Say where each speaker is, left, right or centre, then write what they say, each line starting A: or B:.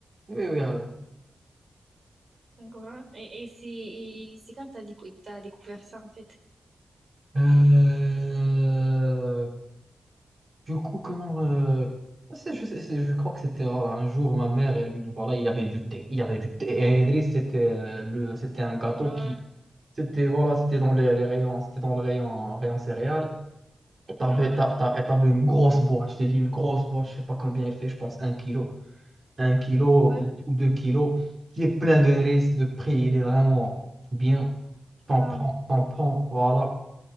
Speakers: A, on the right; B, on the right.
A: oui, oui, euh,
B: Donc voilà. Et, et c'est et c'est quand que t'as décou- t'as découvert ça, en fait?
A: euh, du coup, comment le... C'est- Je, sais- c'est- je crois que c'était euh, un jour, ma mère, elle, voilà, il y avait du thé. Il y avait du thé. Et Idriss, c'était euh, le, c'était un gâteau
B: Ouais,
A: qui... C'était, voilà, c'était dans les, les rayons, c'était dans le rayon, rayon céréales. Et t'avais,
B: ouais,
A: t'as- t'as- et t'avais une grosse boîte. Je t'ai dit, une grosse boîte, je sais pas combien il fait, je pense un kilo. un kilo
B: Ouais.
A: ou, ou deux kilos, qui est plein de risques. Le prix, il est vraiment bien. T'en
B: Waouh.
A: prends, t'en prends, voilà.